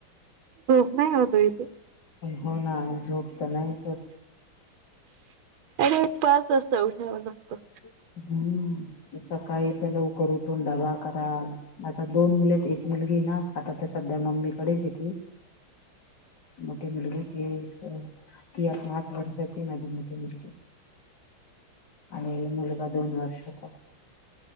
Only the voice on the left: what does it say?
हो ना झोप त नाहीच होत.
हम्म सकाळी त लवकर उठून डबा करा. आता दोन मुले आहेत एक मुलगी हे ना, आता तर सध्या मम्मीकडेच ती. मोठे मुलगी ती स ती आता आठ वर्षाची माझी मोठीे मुलगी. आणि मुलगा दोन वर्षाचा.